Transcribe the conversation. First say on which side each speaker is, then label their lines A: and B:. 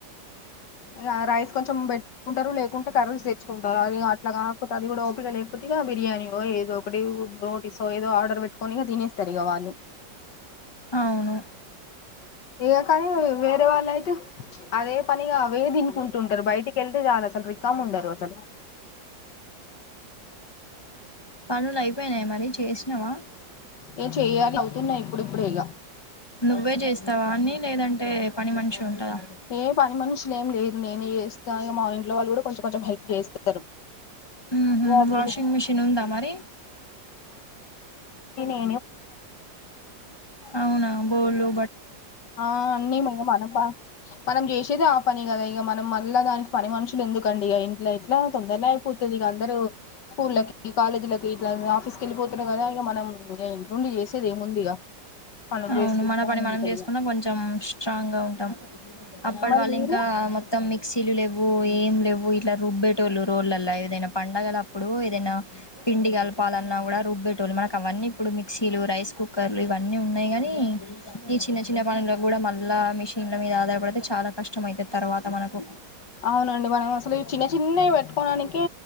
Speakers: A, on the left (about 70°); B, on the left (about 20°).
A: ర రైస్ కొంచెం పెట్టుకుంటారు లేకుంటే కర్రీస్ కుంటారు అది అట్లా కాకపోతే అది కూడా లేకపోతే ఇక బిర్యానీయో ఏదో ఒకటి రోటీసో ఏదో ఆర్డర్ పెట్టుకొని ఇక తినేస్తారు ఇగ వాళ్ళు
B: అవును
A: ఏ కానీ వేరే వాళ్ళ అయితే అదే పనిగా అవే ది కుంటుంటారు బయటికి వెళ్తే చాలు అసలు రికామ్ ఉండరు అసలు
B: స పనులు ఐపోయనయ మరి చేస్ నవా
A: ఏ చెయ్యాలి అవుతున్నాయి ఇప్పుడిప్పుడే ఇగ
B: నువ్వే చేస్తావా అన్ని లేదంటే పని మనిషి ఉంటదా
A: ఏ పని మనుషులే ఏం లేదు నేనే చేస్ స్త ఇగ మా ఇంట్లో వాళ్ళ కూడా కొంచం కొంచెం హెల్ప్ చేస్తరు
B: ఉహు
A: ఏ అది
B: వాషింగ్ మిషిన్ ఉందా మరి
A: <unintelligible>
B: అవునా బోల్లు
A: ఆ అన్నీమయ మేడం ఆ మనం చేసేది ఆఫ్ట్ పని కదా ఇక మనం మళ్ళా దానికి పని మనుషులు ఎందుకండి ఇంట్లో ఎట్లా తొందరనే అయిపోతది ఇగ అందరు స్కూళ్ళకి కాలేజ్లకి ఇట్లా ఆఫీస్ కి వెళ్ళిపోతరు కదా ఇక మనం ఇంట్ల ఉండి చేసేది ఏముంది ఇగ. పనులు
B: అవును
A: చేసుకుంటా
B: మన పని
A: ఉంటరు
B: మనం చేసుకున్నా
A: ఇగ
B: కొంచెం ఆ స్ట్రాంగ్ ఉంటాం అప్పుడు
A: మరి
B: వాళ్ళు
A: మీరు
B: ఇంకా మొత్తం మిక్సిలు లేవు ఏం లేవు ఇట్లా రుబ్బేటోళ్ళు రోళ్లల ఏదైనా పండగల అప్పుడు ఏదన్న పిండి కలపాలన్నా కూడా రుబ్బెట్ టోళ్లూ మనకు అవన్నీ ఇప్పుడు మిక్సీలు రైస్ కుక్కర్లు ఇవన్నీ ఉన్ కానీ ఈ చిన్న చిన్న పనులకు కూడా మనం మళ్ళ మిషిన్ల మీద ఆధారపడితే చాలా కష్టం అయితది తర్వాత మనకు
A: అవునండి మనం అసలు ఈ చిన్న చిన్నవి పెట్టుకోడానికే